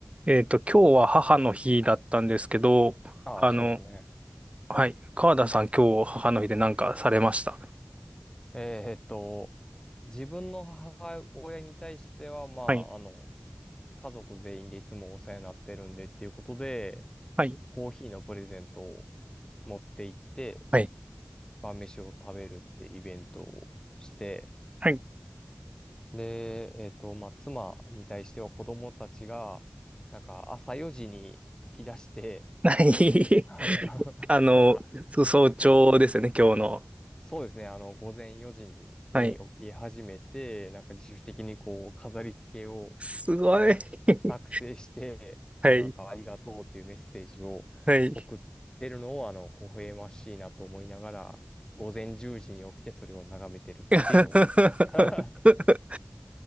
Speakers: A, on the right; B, on the left.
A: えっと、今日は母の日だったんですけど、
B: ああ、
A: あの、
B: そうですね。
A: はい、川田さん今日母の日で何かされました
B: えーっと、自分の母親に対しては、まあ、
A: はい、
B: あの、家族全員でいつもお世話になってるんでっていうことで、
A: はい、
B: コーヒーのプレゼントを持って行って、
A: はい。
B: 晩飯を食べるってイベントをして、
A: はい。
B: で、えーっと、まあ、妻に対しては子供たちが、なんか朝4時に起き出して、
A: はい。
B: <laughs> なんか、
A: <laughs> あの、そう早朝ですよね、
B: うん
A: 今日の。
B: そうですね。あの、午前4時に起き始めて、
A: はい。
B: なんか自主的にこう、飾り付けを
A: すごい。<laughs>
B: 作成して、
A: はい、
B: あ、なんかありがとうっていうメッセージを送ってるのを、
A: はい。
B: あの、微笑ましいなと思いながら、午前10時に起きてそれを眺めてるっていうのを
A: <laughs>
B: <laughs>